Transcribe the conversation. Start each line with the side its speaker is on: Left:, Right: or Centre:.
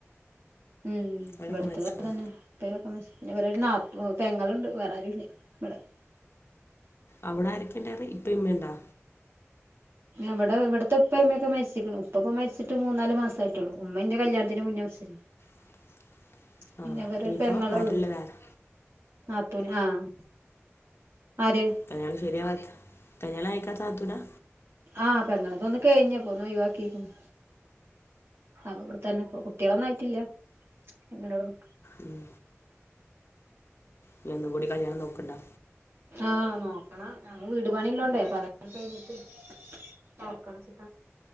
Right: ഉം
Left: ഓലൊക്കെ
Right: ഇവിടുത്ത
Left: മരിച്ച്ക്ക്ണ്
Right: തന്നെ <unintelligible> പെങ്ങളുണ്ട് വേറെരുല്ല്യ ഇവിടെ
Left: അവിടെ ആരക്കണ്ടറ ഇപ്പ ഇമ്മേ ഇണ്ടാ
Right: ഇവിടെ ഇവിടത്തെ ഉപ്പമ്മയക്കെ മരിച്ച്ക്ക്ണ് ഉപ്പ പ്പ മരിച്ചിട്ട് മൂന്നാല്മാസയിട്ടുള്ളു ഉമ്മന്റെ കല്യാത്തിന് മുന്നേ <unintelligible>
Left: <unintelligible>
Right: പിന്നെ
Left: ആഹ്
Right: ഇവരെ
Left: ഇനിയിപ്പോ
Right: ഒരു പെങ്ങളുള്ളു
Left: ആരുല്ല വേറെ
Right: നത്തൂന് ആഹ് ആര്
Left: കല്യാണ ശരയാവത്ത കല്യാണം കയ്ക്കാത്ത നാത്തൂനാ
Right: ആഹ് പെങ്ങളെതൊന്ന് കഴിഞ്ഞ് പോന്ന ഒഴിവാക്കിക്കുന്നു അപ്പ ഇവിടെ തന്നെ കുട്ടികളൊന്നും ആയിട്ടില്ല അങ്ങനവിടെ നി
Left: ഉം ഇനി ഒന്നും കൂടി കല്യാണം നോക്കണ്ടോ
Right: ആഹ് നോക്കണം ഞങ്ങ വീട് പണിള്ളോണ്ടേ അപ്പ അതോക്കെ കഴിഞ്ഞിട്ട് നോക്കണച്ചിട്ടാ